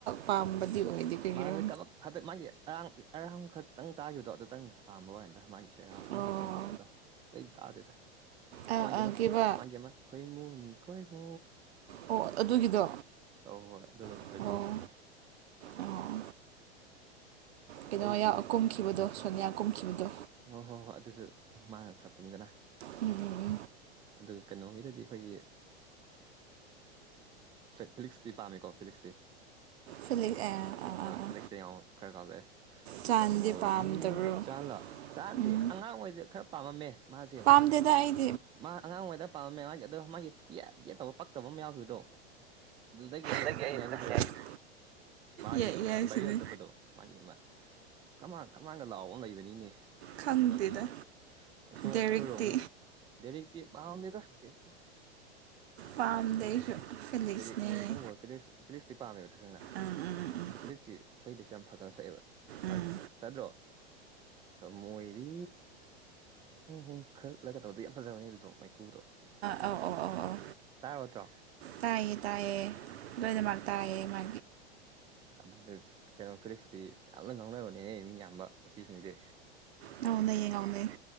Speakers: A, on the right (about 75°); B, on the right (about 15°).
A: ꯄꯥꯝꯕꯗꯤ ꯑꯣꯏꯗꯤꯦ ꯀꯩꯒꯤꯔꯣ
B: ꯃꯥꯁꯦ ꯀꯂꯛ ꯍꯟꯗꯛ ꯃꯥꯒꯤ ꯑꯔꯥꯡ ꯑꯔꯝꯈꯛꯇꯪ ꯇꯥꯈꯤꯕꯗꯣ ꯑꯗꯨꯇꯪ ꯄꯥꯝꯕ ꯋꯥꯗ ꯃꯥꯒꯤ ꯁꯦꯔꯥꯡ ꯑꯃꯈꯛꯇꯪꯕꯤ
A: ꯑꯣ
B: ꯑꯗꯨꯗꯣ ꯇꯩ ꯇꯥꯗꯦꯗ
A: ꯑꯥ
B: ꯃꯥꯒꯤꯦꯃ
A: ꯑꯥ ꯀꯩꯕ
B: ꯃꯥꯒꯦ ꯑꯃ ꯈꯣꯏ ꯃꯨꯅꯤ ꯈꯣꯏꯣ
A: ꯑꯣ ꯑꯗꯨꯒꯤꯗꯣ
B: ꯑ ꯍꯣꯏ ꯍꯣꯏ ꯑꯗꯨ ꯑꯗꯨꯝ
A: ꯑꯣ
B: ꯄꯦꯇꯤ ꯌꯦ ꯁꯛꯄꯅꯦ
A: ꯑꯣ ꯀꯩꯅꯣ
B: ꯑꯇꯩꯗꯤ
A: ꯀꯨꯝꯈꯤꯕꯗꯣ ꯁꯣꯅꯤꯌꯥ ꯀꯨꯝꯈꯤꯕꯗꯣ
B: ꯍꯣꯏ ꯍꯣꯏ ꯍꯣꯏ ꯑꯗꯨꯁꯨ ꯑꯗꯨꯝ ꯃꯥꯅ ꯁꯛꯄꯅꯤꯗꯅ
A: ꯎꯝꯝ
B: ꯑꯗꯨꯒ ꯀꯩꯅꯣꯝꯒꯤꯗꯗꯤ ꯑꯩꯈꯣꯏꯒꯤ ꯐ ꯐꯤꯂꯤꯛꯁꯇꯤ ꯄꯥꯝꯃꯤꯀꯣ ꯐꯤꯛꯁꯇꯤ
A: ꯁꯜꯂꯤ ꯑꯥ ꯑꯥ
B: ꯐꯦꯂꯤꯦꯛꯛꯁꯇ ꯌꯥꯡ ꯈꯔ ꯀꯥꯎꯂꯛꯑꯦ
A: ꯆꯥꯟꯗꯤ
B: ꯇꯃꯣꯣꯏꯗꯤ
A: ꯄꯥꯝꯗꯕ꯭ꯔꯣ
B: ꯆꯥꯂꯥ ꯆꯥꯍꯅꯗꯤ
A: ꯎꯝ
B: ꯑꯉꯥꯡ ꯑꯣꯏꯩꯗ ꯈꯔ ꯄꯥꯝꯃꯝꯃꯦ ꯃꯥꯁꯦ
A: ꯌꯥꯝꯝꯗꯗ ꯍꯥꯏ
B: ꯃꯥ ꯑꯉꯥꯡ ꯑꯣꯏꯉꯩꯗ ꯄꯥꯝꯃꯦ ꯃꯥꯒꯤ ꯑꯗꯣ ꯃꯥꯒꯤ ꯌꯦꯠꯇꯕ ꯄꯛꯇꯕ ꯑꯃ ꯌꯥꯎꯈꯤꯕꯗꯣ ꯑꯗꯨꯗꯒꯤ ꯑꯩ
A: ꯅꯪꯒꯤ
B: ꯁꯤꯗ ꯍꯥꯏꯅꯈꯤꯗ꯭ꯔꯦꯕ
A: ꯇꯥꯅꯤꯡꯉꯥꯏ
B: ꯃꯥꯒꯤ
A: ꯌꯥꯏ
B: ꯑꯃ
A: ꯌꯥꯏꯁꯤꯅꯤ
B: ꯕꯥꯏꯔꯦꯜ ꯆꯠꯄꯗꯣ ꯃꯥꯒꯤ ꯑꯃ ꯀꯃꯥꯟ ꯀꯃꯥꯏꯥꯟꯒ ꯂꯥꯎꯑꯣꯒ ꯂꯩꯕꯅꯤꯅꯦ
A: ꯈꯪꯗꯦꯗ
B: ꯑꯗꯨꯗ ꯑꯁꯣꯝ
A: ꯗꯦꯔꯤꯛꯇꯤ
B: ꯑꯩꯈꯣꯏꯔꯣꯝꯒꯤ ꯦꯗꯤ ꯄꯕꯥꯥꯎꯗꯦ ꯇꯗꯤꯦꯦ
A: ꯄꯥꯝꯗꯦ ꯑꯩꯁꯨ ꯐꯤꯂꯤꯛꯁꯅꯦ
B: ꯗꯦ ꯃꯣꯏ ꯑꯗꯨꯝꯕ ꯐ ꯐꯤꯂꯤꯛꯁꯇꯤ ꯄꯥꯝꯃꯦꯕ ꯇꯁꯦꯡꯅ
A: ꯎꯝ ꯎꯝ ꯎꯝ
B: ꯍꯧꯖꯤꯛꯇꯁꯤ ꯏꯁꯩꯗꯁꯨ ꯌꯥꯝ ꯐꯖꯅ ꯁꯛꯑꯦꯕ
A: ꯎꯝ
B: ꯃꯥꯒꯤ ꯁꯗ꯭ꯔꯣ ꯃꯣꯏꯗꯤ ꯍꯣꯡꯈꯠꯂꯒ ꯇꯧꯗ ꯌꯥꯝ ꯐꯖꯕꯅꯤ ꯑꯗꯨꯗꯣ ꯃꯥꯏꯈꯨꯗꯣ
A: ꯑꯧ ꯑꯧ ꯑꯧ ꯑꯧ
B: ꯇꯥꯏ ꯍꯠꯇ꯭ꯔꯣ
A: ꯇꯥꯏ ꯇꯥꯏꯦ ꯗꯕꯣꯏꯗꯤꯃꯔ ꯇꯥꯏ ꯃꯥ
B: ꯑꯗꯨꯗ ꯀꯩꯅꯣ ꯐꯤꯂꯤꯛꯁꯇꯤ ꯌꯥꯝꯅ ꯉꯥꯡꯅꯕꯅꯦꯍꯦ ꯃꯤ ꯌꯥꯝꯕ ꯅꯨꯄꯤꯁꯤꯡꯗꯤ
A: ꯉꯥꯎꯅꯩꯌꯦ ꯉꯥꯎꯅꯩꯌꯦ